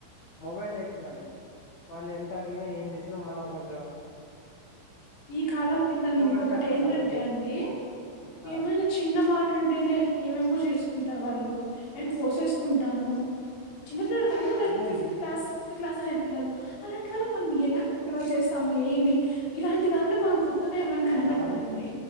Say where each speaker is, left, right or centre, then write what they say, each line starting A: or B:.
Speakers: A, on the left; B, on the left.
A: మొబైల్ ఉండలే వాళ్ళు ఎంత అడిగినా ఏం చేసినా మనం కొజ
B: ఈ కాలం పిల్లలు ఇంకొకటి
A: అంటే అట్లా
B: ఏంటంటే
A: కాదండి
B: అండి
A: ఆ
B: ఏమైనా చిన్న మాట అంటేనే ఏమేమో చేసుకుంటారు వాళ్ళు నేను కోసేసుకుంటాను చిన్న పిల్లలు కాదు లైక్
A: అదే
B: ఫిఫ్త్
A: అండి
B: క్లాస్ సిక్స్త్ క్లాస్ అనే పిల్లలు అలాంటి వాళ్ళకి మనం ఎలా కంట్రోల్ చేస్తాము ఏమి ఇలాంటి దాంట్లకు మనం కొత్తగా ఏమైనా కనిపెట్టాలండి
A: అలా